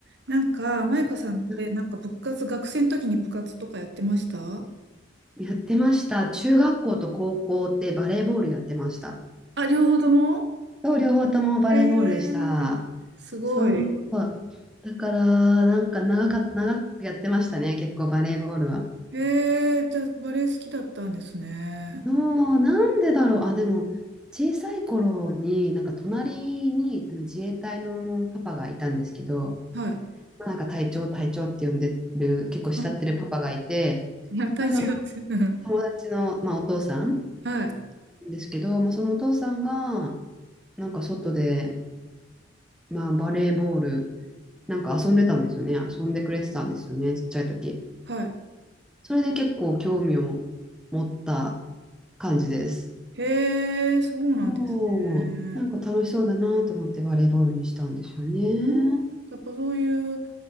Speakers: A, on the right; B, in the centre.
A: なんか、マイカさんって、
B: はい
A: なんか部活、学生の時に部活とかやってました
B: やってました。中学校と高校ってバレーボールやってました。
A: あ、両方とも
B: そう、両方ともバレーボールでした。
A: えー、すごい。
B: そう。だから、なんか長かっ、長くやってましたね、結構バレーボールは。
A: えー、じゃあ、バレエ好きだったんですね。
B: そう、なんでだろう。あ、でも、小さい頃に、なんか隣にあの自衛隊のパパがいたんですけど、
A: はい。
B: なんか隊長、隊長って呼んでる、結構慕ってるパパがいて、
A: あいや、<laughs> 体調って、
B: まあ、その
A: うん
B: 友達の、まあ、お父さん
A: はい、
B: ですけど、まあ、そのお父さんが、なんか外で、まあバレーボール、なんか遊んでたんですよね。遊んでくれてたんですよね、ちっちゃい時。
A: はい。
B: それで結構興味を持った感じです。
A: えー、そうなんですね。
B: おー、なんか楽しそうだなと思ってバレーボールにしたんですよね。
A: うん、やっぱそういう、